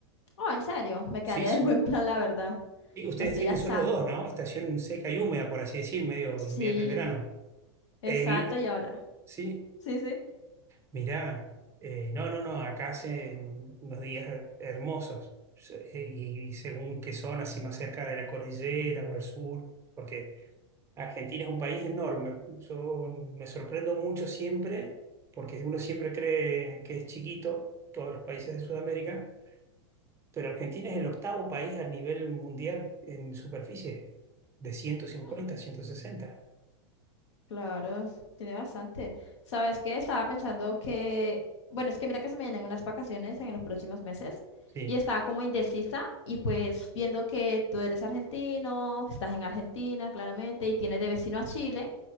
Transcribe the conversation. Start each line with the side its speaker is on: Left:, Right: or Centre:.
Left: oh, en serio, me
Right: Sí,
Left: quedaría
Right: sí.
Left: de buen plan, la verdad.
Right: Y ustedes
Left: Me estoy
Right: tienen
Left: asando.
Right: solo dos, ¿no? Estación seca y húmeda, por así decir, medio
Left: Sí,
Right: invierno y verano.
Left: exacto,
Right: Eh, vi-
Left: y ahora.
Right: sí,
Left: Sí, sí.
Right: mira, no, no, no, acá hace unos días hermosos. Se- Y, y según qué zona, si más cerca de la cordillera o al sur, porque Argentina es un país enorme. Yo me sorprendo mucho siempre, porque uno siempre cree que es chiquito, todos los países de Sudamérica, pero Argentina es el octavo país a nivel mundial en superficie, de ciento cincuenta,
Left: Mm,
Right: ciento sesenta.
Left: claro, s- tiene bastante. ¿Sabes qué? Estaba pensando que, bueno, es que mira que se me vienen unas vacaciones en los próximos meses
Right: Sí.
Left: y estaba como indecisa y pues viendo que tú eres argentino, estás en Argentina, claramente, y tienes de vecino a Chile.